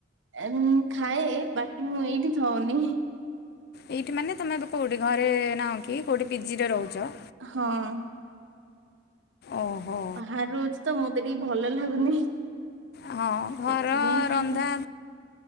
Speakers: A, on the right; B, on the left.
A: ମୁଁ ଖାଏ ବାକି ମୁଁ ଏଇଠି ଖାଉନି
B: ଏଇଠି ମାନେ ତମେ କୋଉଠି ଘରେ ନାହଁ କି କୋଉଠି ବିଜି ରେ ରହୁଛ?
A: ହଁ
B: ଓହୋ
A: ବାହାରୁ ରହୁଛି ତ ମୋତେ ଟିକେ ଭଲ ଲାଗୁନି
B: ହଁ ଘର
A: ସେଥିପାଇଁ ଖାଇବନି
B: ରନ୍ଧା